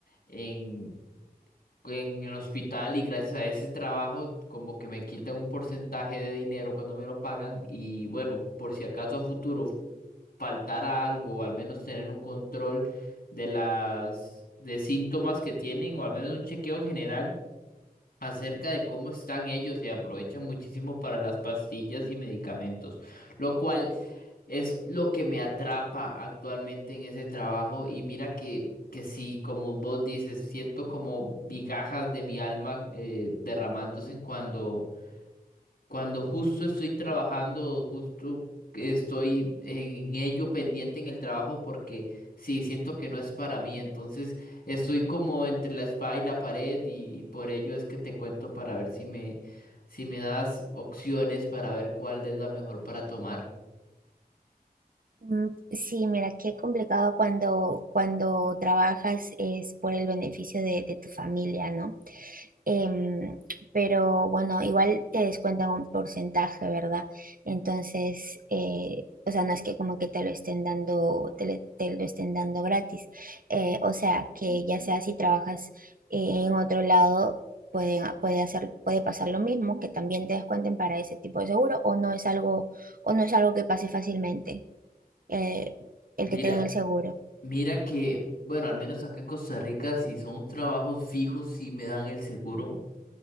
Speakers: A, on the left (about 70°); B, on the right (about 65°).
A: en, en el hospital y gracias a ese trabajo como que me quitan un porcentaje de dinero cuando me lo pagan y bueno, por si acaso a futuro faltara algo o al menos tener un control de las de síntomas que tienen o al menos un chequeo general acerca de cómo están ellos y aprovechan muchísimo para las pastillas y medicamentos, lo cual es lo que me atrapa actualmente en ese trabajo y mira que, que sí, como vos dices, siento como migajas de mi alma eh, derramándose en cuando cuando justo estoy trabajando, justo estoy en ello pendiente en el trabajo porque sí, siento que no es para mí. Entonces estoy como entre la espada y la pared y, y por ello es que te cuento para ver si me, si me das opciones para ver cuál es la mejor para tomar.
B: Mm, Sí, mira, qué complicado cuando, cuando trabajas es por el beneficio de, de tu familia, ¿no? Em, pero bueno, igual te descuentan un porcentaje, ¿verdad? Entonces, eh, o sea, no es que como que te lo estén dando, te, le- te lo estén dando gratis. Eh, o sea, que ya sea si trabajas eh, en otro lado, puede, puede hacer, puede pasar lo mismo, que también te descuenten para ese tipo de seguro, o no es algo, o no es algo que pase fácilmente, eh, el
A: Mira,
B: que te den el seguro.
A: mira que, bueno, al menos acá en Costa Rica, si son trabajos fijos, sí me dan el seguro.